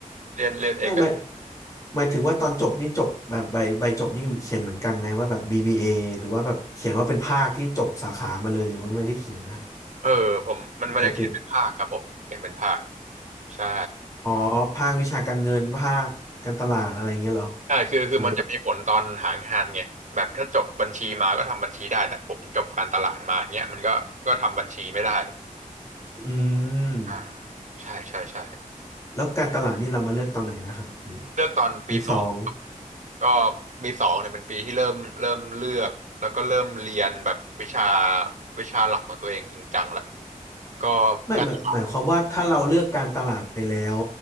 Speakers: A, on the right; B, on the left.
A: เรียนเรียนเอก
B: ไม่ไม่หมายถึงว่าตอนจบนี่จบแบบใบใบจบนี่เขียนเหมือนกันไหมว่าแบบ BBA หรือว่าแบบเขียนว่าเป็นภาคที่จบสาขามาเลยหรือว่าไม่ได้เขียนนะฮะ
A: เออผมมันมันจะเขียนเป็นภาคครับผมเขียนเป็นภาค
B: ปกติ
A: ใช่
B: อ๋อภาควิชาการเงินภาคการตลาดอะไรเงี้ยเหรอ
A: ใช่คือคือมันจะมีผลตอนหางานไงแบบถ้าจบบัญชีมาก็ทำบัญชีได้แต่ผมจบการตลาดมาอย่างเงี้ยมันก็ก็ทำบัญชีไม่ได้
B: ใช่ไหมอืม
A: อ่าใช่ใช่ใช่
B: แล้วการตลาดนี่เรามาเลือกตอนไหนนะครับไอ้
A: เลือกตอนปีสอง
B: ปีสอง
A: ก็ปีสองเนี่ยเป็นปีที่เริ่มเริ่มเลือกแล้วก็เริ่มเรียนแบบวิชาวิชาหลักของตัวเองจริงจังแหละก็
B: ไม่หมายหมายความว่าถ้าเราเลือกการตลาดไปแล้ว
A: อันนี้